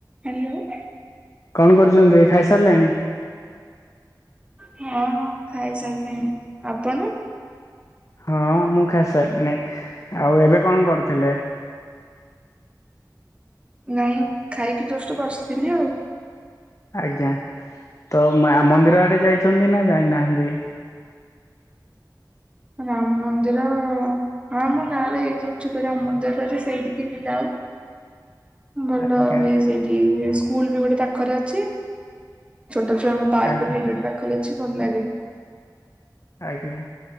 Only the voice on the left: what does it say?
କଣ କରୁଛନ୍ତି ଖାଇସାରିଲେଣି?
ହଁ ମୁଁ ଖାଇସାରିଲିଣି ଆଉ ଏବେ କଣ କରୁଥିଲେ?
ଆଜ୍ଞା ତ ମନ୍ଦିର ଆଡେ ଯାଇଛନ୍ତି ନା ଯାଇନାହାନ୍ତି?
ଆଜ୍ଞା
ଆଜ୍ଞା
ଆଜ୍ଞା